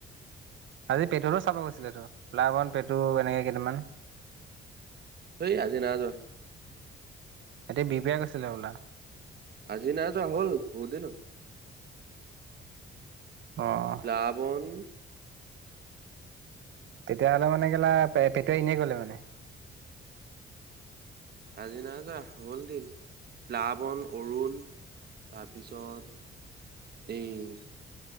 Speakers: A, on the right; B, on the right.
A: আজি পেটুৰো চাব গৈছিলে টো, প্লাৱন পেটু এনেকে কেইদান
B: সেই আজি না যোৱা
A: <inaudible> গৈচিলে হবলা?
B: আজি নাই যোৱা, হ'ল বহুত দিন হল।
A: অ <unintelligible>
B: প্লাবন
A: তেতিয়াহ'লে মানে কেলা, পেটুৱাই এনেই কলে মানে।
B: আজি নাই যোৱা হ'ল দিন, প্লাৱন অৰুণ তাৰপিছত এই